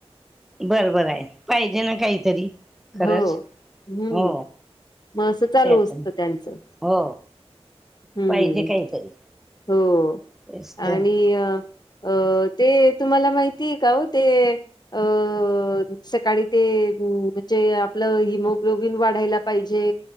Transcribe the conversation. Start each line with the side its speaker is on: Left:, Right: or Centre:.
Centre: बरोबर आहे पाहिजे ना काहीतरी खरंच
Left: हो हम्म
Centre: हो
Left: मग असं चालू
Centre: त्याच
Left: असतं
Centre: ना.
Left: त्यांचं
Centre: हो
Left: हम्म
Centre: पाहिजे काहीतरी
Left: हो
Centre: तेच तर
Left: आणि अ अ ते तुम्हाला माहिती आहे का हो ते अ सकाळी ते आपलं हिमो्लोबिन वाढायला पाहिजे